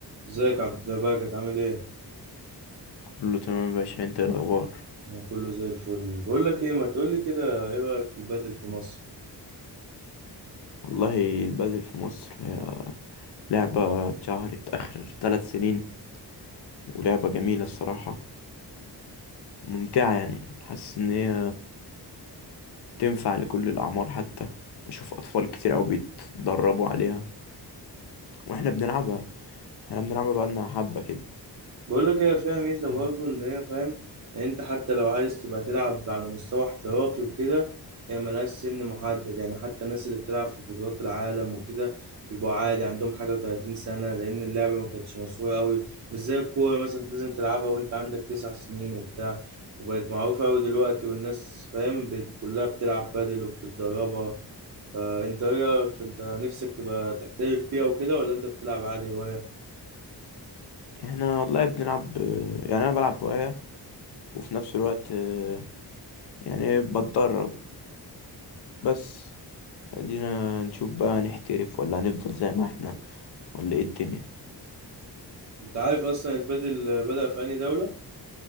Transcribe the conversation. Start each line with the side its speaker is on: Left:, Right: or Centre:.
Right: ازيك يا عبد الزباق عامل ايه؟
Left: كله تمام يا باشا انت ايه الاخبار
Right: انا كله زي الفل بقول لك ايه ما تقول لي كده ايه رأيك في البادل في مصر؟
Left: والله البادل في مصر هي لعبة اتشهرت اخر ثلاث سنين ولعبة جميلة الصراحة ممتعة يعني حاسس ان هي تنفع لكل الاعمار حتى بشوف اطفال كتير اوي بيتدربوا عليها واحنا بنلعبها احنا بنلعبها بقالنا حبة كده
Right: بقول لك هي فيها ميزة
Left: تمام.
Right: برضو إن هي فاهم يعني أنت حتى لو عايز تبقى تلعب على مستوى احترافي وكده هي ملهاش سن محدد يعني حتى الناس اللي بتلعب في بطولات العالم وكده بيبقوا عادي عندهم حاجة و30 سنة لأن اللعبة ما كانتش مشهورة أوي مش زي الكورة مثلا أنت لازم تلعبها وأنت عندك تسع سنين وبتاع وبقت معروفة أوي دلوقتي والناس فاهم بت- كلها بتلعب بادل وبتتدربها فأنت إيه رأيك في أنت نفسك تبقى تحترف فيها وكده ولا أنت بتلعب عادي هواية؟
Left: احنا والله بنلعب اه، يعني انا بلعب هواية وفي نفس الوقت اه، يعني بتدرب بس ادينا نشوف بقى نحترف ولا هنفضل زي ما احنا ولا ايه الدنيا
Right: انت عارف اصلا البادل بدأ في انهي دولة؟